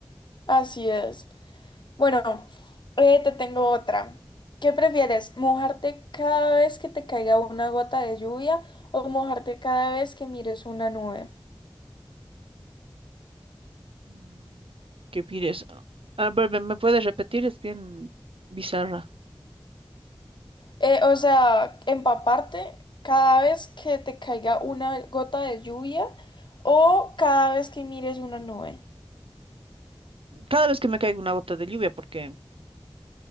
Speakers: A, on the left; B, on the right.
A: Así es. Bueno, eh, te tengo otra. ¿Qué prefieres? ¿Mojarte cada vez que te caiga una gota de lluvia o mojarte cada vez que mires una nube?
B: Mm, ¿Qué pides? Ah, ¿me me puedes repetir? Es bien bizarra.
A: Eh, o sea, empaparte cada vez que te caiga una gota de lluvia o cada vez que mires una nube.
B: Cada vez que me caiga una gota de lluvia, porque